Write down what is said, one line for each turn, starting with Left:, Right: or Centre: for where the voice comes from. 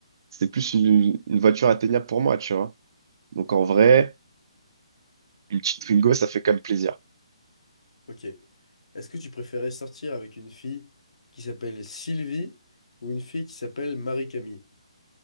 Right: c'est plus une, une voiture atteignable pour moi, tu vois. Donc en vrai, une petite Twingo, ça fait quand même plaisir.
Left: Ok. Est-ce que tu préférais sortir avec une fille qui s'appelle Sylvie ou une fille qui s'appelle Marie-Camille?